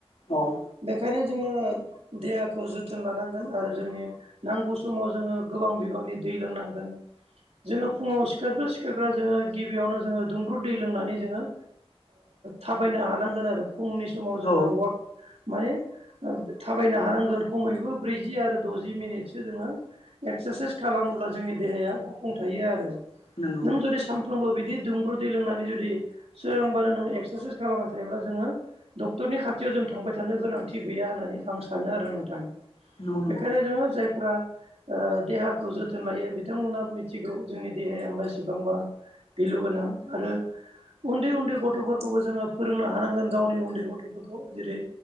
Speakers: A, on the left; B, on the right.
A: औ।
B: बेखायनो जोङो देहाखौ जोथोन लानांगौ। आरो जोंनि नांगौ समाव जोङो गोबां बिबांनि दै लोंनांगोन। जोङो फुङाव सिखारग्रो सिखारग्रा जोङो गिबियावनो जोङो दुंब्रु दै लोंनानै जोङो थाबायनो हानांगोन आरो फुंनि समाव जोङो
A: औ
B: वाक माने थाबायनो हानांगोन खमैबो ब्रै -जि आरो द'जि मिनिटसो जोङो एक्सारसाइस खालामोब्ला जोंनि देहाया गुफुं थायो आरो।
A: नंगौ
B: नों जुदि सानफ्रोमबो बिदि दुंब्रु दै लोंनानै जुदि सोरांबानो नोङो एक्सारसाइस खालामबाय थायोब्ला जोङो डक्टरनि खाथियाव जों थांबाय थानो गोनांथि गैया होननानै आं सानो आरो नोंथां।
A: नंगौ
B: बेनिखायनो जोङो जाय <unintelligible> आ देहाखौ जोथोन लायो बिथांमोना मिथिगौ जोंनि देहाया बेसेबांबा भेलु गोनां आरो उन्दै- उन्दै गथ'फोरखौबो जोङो फोरोंनो हानांगोन। गावनि उन्दै गथ'फोरखौ जेरै